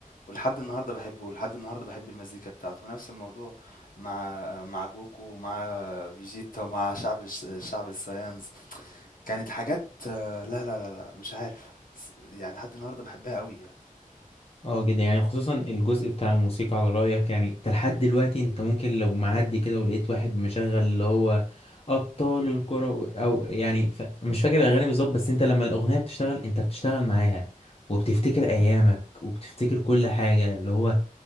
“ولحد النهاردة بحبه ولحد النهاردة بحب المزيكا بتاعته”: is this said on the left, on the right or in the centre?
Left